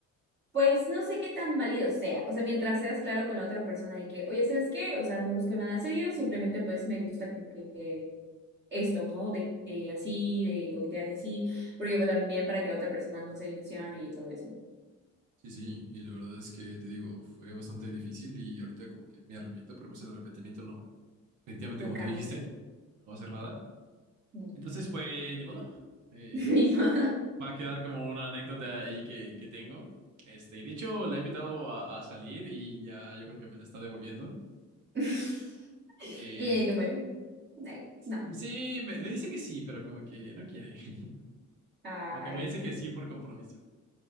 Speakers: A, on the right; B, on the right.
A: Pues no sé qué tan válido sea, o sea, mientras seas claro con la otra persona de que, oye, ¿sabes qué? O sea, no busco nada serio, simplemente pues me gusta como que esto, ¿no? De que así, de coquetear y así, porque pues, también para que la otra persona no se ilusione y todo eso.
B: Sí, sí, y la verdad es que te digo, fue bastante difícil y ahorita como que me arrepiento, pero pues el arrepentimiento no, efectivamente
A: No
B: como
A: cambia.
B: tú dijiste, no va a hacer nada.
A: Mm.
B: Entonces, pues, ni modo. Eh,
A: <laughs> Ni
B: es-
A: modo.
B: va a quedar como una anécdota ahí que, que tengo. Este, y de hecho la he invitado a, a salir y ya yo creo que me la está devolviendo.
A: <laughs>
B: Eh,
A: Y como, ay,
B: sí,
A: no,
B: me me dice que sí, pero como que no quiere. <laughs>
A: ay,
B: Como que me dice que sí por compromiso.